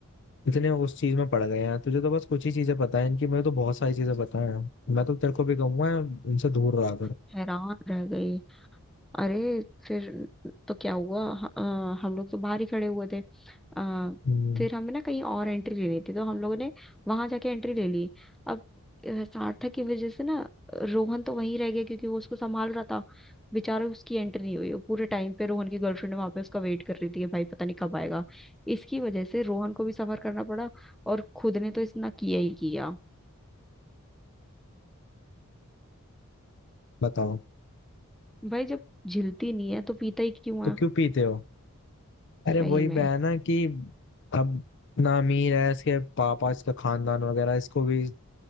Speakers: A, on the left; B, in the centre.
A: इतने उस चीज में पड़ गए हैं तुझे तो बस कुछ ही चीजें पता है इनकी मुझे तो बहुत सारी चीजें पता है मैं तो तेरे को भी कहूंगा इनसे दूर रहा
B: तो
A: कर
B: हैरान रह गई अरे फिर तो क्या हुआ ह- अ, हम लोग तो बाहर ही खड़े हुए थे आ,
A: हम्म,
B: फिर हमें ना कहीं और एंट्री लेनी थी तो हम लोगों ने वहां जाके एंट्री ले ली अब अ, सार्थक की वजह से ना रोहन तो वहीं रह गया क्योंकि वो उसको संभाल रहा था बेचारा उसकी एंट्री नहीं हुई वो पूरे टाइम पे रोहन की गर्लफ्रेंड वहां पे उसका वेट कर रही थी कि भाई पता नहीं कब आएगा इसकी वजह से रोहन को भी सफर करना पड़ा और खुद ने तो इतना किया ही किया
A: बताओ
B: भाई जब झिलती नहीं है तो पीता ही क्यों
A: तो
B: है
A: क्यों पीते हो अरे
B: सही
A: वही
B: में
A: बहन है कि अब ना अमीर है इसके पापा इसका खानदान वगैरह इसको भी